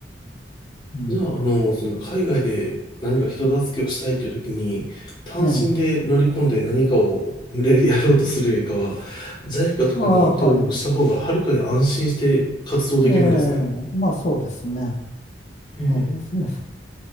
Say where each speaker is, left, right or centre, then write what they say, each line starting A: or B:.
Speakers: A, on the left; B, on the left.
A: うん。
B: じゃあ、あの、その海外で何か人助けをしたいっていう時に、単身で乗り込んで何かを無理やりやろうとするよりかは、
A: ええ。
B: JICA とかに登録した方がはるかに安心して活動できるんですね。
A: ああ、はい。ええ、まあそうですね。
B: ええ、
A: ええ、<laughs>